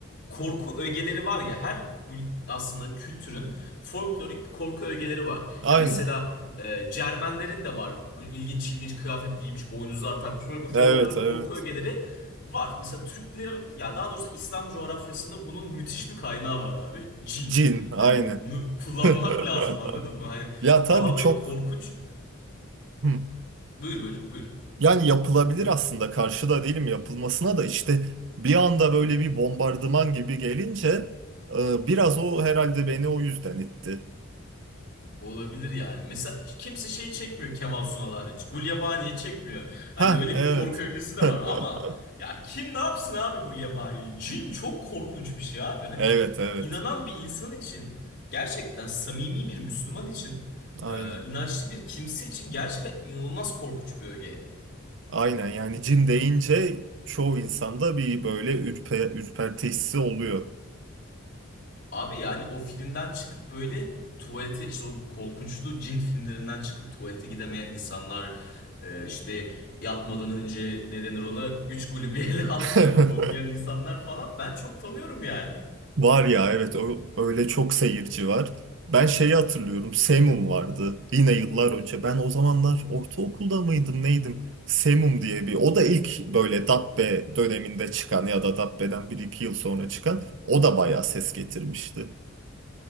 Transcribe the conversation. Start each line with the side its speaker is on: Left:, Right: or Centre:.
Left: korku ögeleri var ya. Her ül- aslında kültürün folklorik korku ögeleri var.
Right: Aynen.
Left: Ya mesela e, Cermenlerin de var. Böyle ilginç ilginç kıyafet giymiş, boynuzlar takmış. Böyle bir folklorik
Right: Evet evet.
Left: korku ögeleri Var. Mesela Türkler ya daha doğrusu İslam coğrafyasında bunun müthiş bir kaynağı var abi. Cin.
Right: Cin aynen.
Left: Hani bunu kullanmak
Right: <laughs>
Left: lazım anladın mı? Hani
Right: Ya tabii
Left: daha
Right: çok.
Left: böyle korkunç.
Right: Hı.
Left: Buyur buyur buyur.
Right: Yani yapılabilir aslında karşıda değilim yapılmasına da işte bir anda böyle bir bombardıman gibi gelince e, biraz o herhalde beni o yüzden itti.
Left: Olabilir yani. Mesela kimse şey çekmiyor Kemal Sunal hariç. Gulyabani'yi çekmiyor. Hani
Right: Ha
Left: öyle
Right: evet.
Left: bir korku ögesi de
Right: <laughs>
Left: var ama ya kim ne yapsın abi Gulyabani'yi? Cin çok korkunç bir şey abi. Hani
Right: Evet evet.
Left: inanan bir insan için gerçekten samimi bir Müslüman için
Right: Aynen.
Left: e, inançlı bir kimse için gerçekten inanılmaz korkunç bir öge.
Right: Aynen yani cin deyince çoğu insanda bir böyle ürpe, ürperti hissi oluyor.
Left: Abi yani o filmden çıkıp böyle tuvalete işte o korkunçlu cin filmlerinden çıkıp tuvalete gidemeyen insanlar e, işte yatmadan önce ne denir ona üç kulübü <laughs> ele al
Right: <laughs>
Left: okuyan insanlar falan ben çok tanıyorum yani.
Right: Var ya evet o, öyle çok seyirci var. Ben şeyi hatırlıyorum. Semum vardı. Yine yıllar önce. Ben o zamanlar ortaokulda mıydım neydim? Semum diye bir. O da ilk böyle Dabbe döneminde çıkan ya da Dabbe'den bir iki yıl sonra çıkan. O da bayağı ses getirmişti.